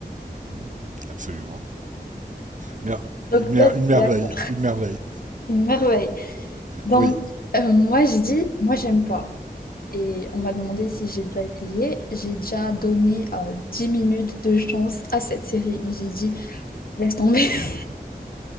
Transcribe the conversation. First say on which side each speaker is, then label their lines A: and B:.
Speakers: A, on the right; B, on the left.
A: Mhm. absolument. Mer- une,
B: Donc,
A: mer-
B: toi, tu
A: une merveille,
B: es d'accord.
A: une merveille.
B: Une merveille. Donc,
A: Oui,
B: euh, moi, j'ai dit, moi, j'aime pas. Et on m'a demandé si j'ai déjà essayé. J'ai déjà donné euh, 10 minutes de chance à cette série, mais j'ai dit, laisse tomber. <laughs>